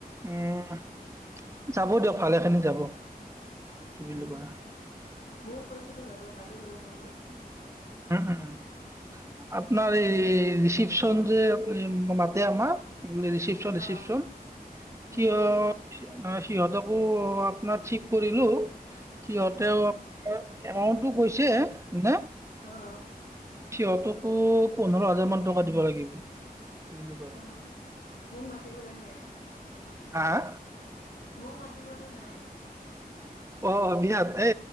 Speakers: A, on the right (about 20°); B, on the left (about 80°).
A: উম যাব দিয়ক ভালেখিনি যাব কি বুলি
B: উম
A: কয়
B: বহুত পইচাঁটো যাবই তাতে যাব বহুত পইচা
A: উম হম আঁ <inaudible> আপোনাৰ এই ৰিচিপচন যে মাতে আমাৰ ৰিচিপ্যন ৰিচিপশ্যন
B: অ উম
A: সিয়
B: উম
A: <inaudible> অঁ সিহঁতকো আপোনাৰ ঠিক কৰিলো সিহঁতেও
B: উম
A: <inaudible> এমাউণ্টটো কৈছে না
B: অঁ
A: সিহঁতকো পোন্ধৰ হাজাৰ মান টকা দিব লাগিব কি বুলি কয়
B: অঁ মোক মাতিব তেন্তে
A: হাঁ
B: মোক মাতিব নে নাই?
A: অঁ বিয়াত এ